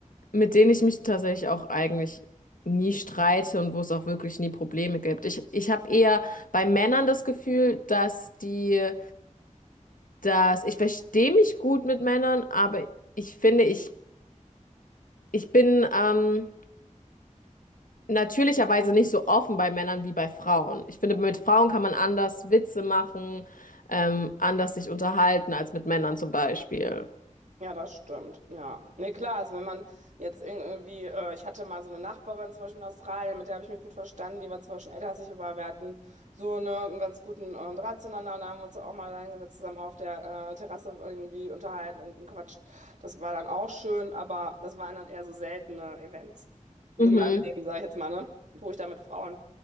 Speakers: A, on the left (about 90°); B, on the right (about 65°).
A: mit denen ich mich tatsächlich auch eigentlich nie streite und wo es auch wirklich nie Probleme gibt. Ich, ich habe eher bei Männern das Gefühl, dass die, dass ich verstehe mich gut mit Männern, aber ich finde, ich, ich bin ähm, natürlicherweise nicht so offen bei Männern wie bei Frauen. Ich finde, mit Frauen kann man anders Witze machen, ähm, anders sich unterhalten als mit Männern zum Beispiel.
B: Ja, das stimmt. Ja. Nee, klar, also wenn man jetzt irgendwie, äh, ich hatte mal so eine Nachbarin zum Beispiel in Australien, mit der habe ich mich gut verstanden, die war zwar schon älter als ich, aber wir hatten so eine, einen ganz guten ähm, Draht zueinander und da haben wir uns auch mal reingesetzt, zusammen auf der äh, Terrasse irgendwie unterhalten und gequatscht. Das war dann auch schön, aber das waren dann eher so seltene Events in
A: Mhm.
B: meinem Leben, sage ich jetzt mal, ne? Wo ich da mit Frauen